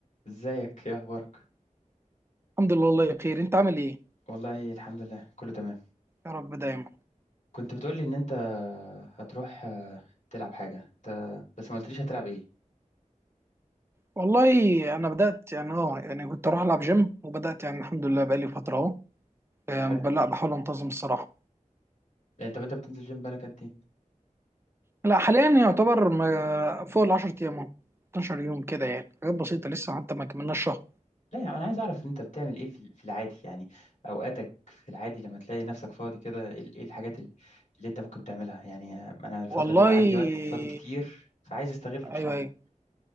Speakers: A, on the left; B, on the right.
A: ازيك ايه اخبارك
B: الحمد لله والله بخير انت عامل ايه
A: والله الحمد لله كله تمام
B: يا رب دايما
A: كنت بتقولي ان انت هتروح آه، تلعب حاجه انت بس ما قلتليش هتلعب ايه
B: والله انا بدات يعني اه يعني كنت اروح العب جيم وبدات يعني الحمد لله بقالي فتره اهو يعني
A: حلو
B: ب- لا بحاول انتظم الصراحه
A: يعني طب انت بتنزل جيم بقالك قد ايه
B: لا حاليا يعتبر ما- فوق ال 10 ايام اهو 12 يوم كده يعني حاجات بسيطه لسه حتى ما كملناش شهر
A: لا يعني انا عايز اعرف انت بتعمل ايه في في العادي يعني اوقاتك في العادي لما تلاقي نفسك فاضي كده ايه ال- إيه الحاجات ال- اللي انت ممكن تعملها يعني آه، انا الفتره
B: والله
A: دي بقى عندي وقت فاضي كتير فعايز استغله بصراحه
B: ايوه ايوه